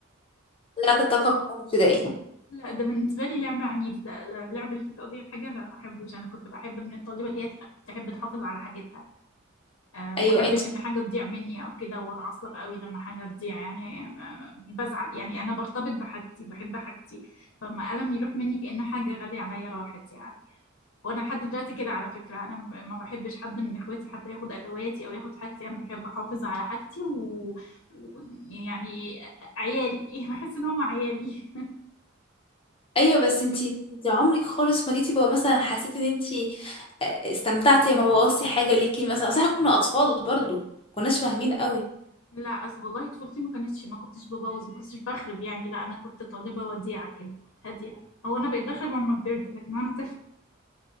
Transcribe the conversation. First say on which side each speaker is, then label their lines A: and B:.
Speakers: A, on the left; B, on the left.
A: طلعت الطاقه كلها في ابتدائي
B: لا ده بالنسبه لي لعبه عنيف ده, ده اللعبه اللي فيه تقضية الحاجه لا ما بحبوش انا كنت بحب من الطالبه اللي هي تبقى- تحب تحافظ على حاجتها آه،
A: ايوه
B: وما احبش
A: انت
B: ان حاجه تضيع مني او كده واتعصب قوي لما حاجه تضيع يعني آه، بزعل يعني انا برتبط بحاجتي بحب حاجتي فما قلم يروح مني كأن حاجه غاليه عليا راحت يعني وانا لحد دلوقتي كده على فكره انا ب- ما بحبش حد من اخواتي حتى ياخد ادواتي او ياخد حاجتي انا بحب احافظ على حاجتي و... و... يعني عيالي <laughs> بحس ان هم عيالي
A: ايوه بس انتي انتي عمرك خالص ما جيتي بقى مثلا حسيتي ان انتي آه، استمتعتي لما بوظتي حاجه ليكي مثلا صح كنا اطفال برضو كناش فاهمين قوي
B: لا أصل والله طفولتي ما كانتش ما كنتش ببوظ ما كنتش بخرب يعني لا انا كنت طالبه وديعه كده هاديه هو انا بقيت بخرب لما كبرت لكن وانا